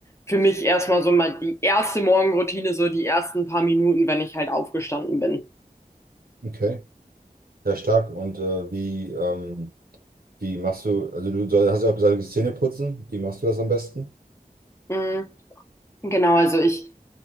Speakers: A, on the left (about 20°); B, on the right (about 80°).
A: für mich erstmal so mal die erste Morgenroutine, so die ersten paar Minuten, wenn ich halt aufgestanden bin.
B: Okay, sehr stark. Und äh, wie, ähm, wie machst du, also du soll, hast ja auch gesagt, Zähne putzen. Wie machst du das am besten?
A: Mm, Genau, also ich